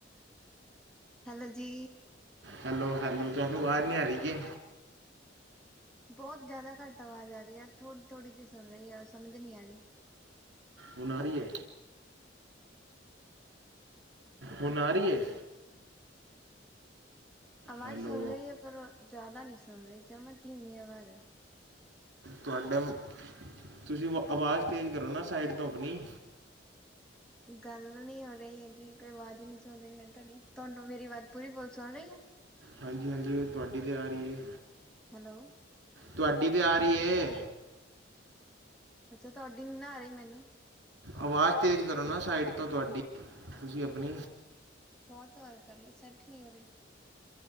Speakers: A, in the centre; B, on the right.
A: hello ਜੀ,
B: ਹੈਲੋ -ਹੈਲੋ ਤਹਾਨੂੰ ਆਵਾਜ ਨਈ ਆ ਰਹੀ ਕਿ?
A: ਬਹੁਤ ਜ਼ਿਆਦਾ ਘੱਟ ਆਵਾਜ਼ ਆ ਰਹੀ ਹੈ, ਥੋੜੀ- ਥੋੜ੍ਹੀ ਜਿਹੀ ਸੁਣ ਰਹੀ ਆ, ਸਮਝ ਨਹੀਂੀ ਆ ਰਹੀ
B: ਹੁਣ ਆ ਰਹੀ ਏ? ਹੁਣ ਰਹੀ ਏ?
A: ਆਵਾਜ਼
B: ਹੈਲੋ
A: ਸੁਣ ਰਹੀ ਏ, ਪਰ ਉਹ ਜ਼ਿਆਦਾ ਨਹੀਂ ਸੁਣ ਰਹੀ, ਕਿਉਂ ਕਿ ਧਮੀ ਆਵਾਜ਼ ਆ
B: ਤੁਹਾਡੇ, ਤੁਸੀਂ ਆਵਾਜ਼ ਤੇਜ਼ ਕਰੋ ਨਾ, ਸਾਈਡ ਤੋਂ ਆਪਣੀ
A: ਗੱਲ ਨੀ ਹੋ ਰਹੀ ਹੈਗੀ, ਕੋਈ ਆਵਾਜ਼ ਨੀ ਸੁਣ ਰਹੀ ਮੈਨ ਤੁਹਾਡੀ, ਤੁਹਾਨੂੰ ਮੇਰੀ ਆਵਾਜ਼ ਪੂਰੀ ਬੋਲ ਸੁਣ ਰਹੀ ਆ
B: ਹਾਂਜੀ -ਹਾਂਜੀ ਉਹ ਤੁਹਾਡੀ ਤਾਂ ਤੇ ਆ ਰਹੀ ਏ
A: ਹੈਲੋ
B: ਤੁਹਾਡੀ, ਤੇ ਆ ਰਹੀ ਏ
A: ਅੱਛਾ, ਤੁਹਾਡੀ ਨਈ ਨਾ ਰਹੀ ਮੈਨੂੰ
B: ਆਵਾਜ਼, ਤੇਜ਼ ਕਰੋ ਨਾ ਸਾਈਡ ਤੋਂ, ਤੁਹਾਡੀ ਤੁਸੀਂ ਆਪਣੀ
A: ਬਹੁਤ ਵਾਰ ਕਰ ਲਈ ਸੈੱਟ ਨੀ ਹੋ ਰਹੀ।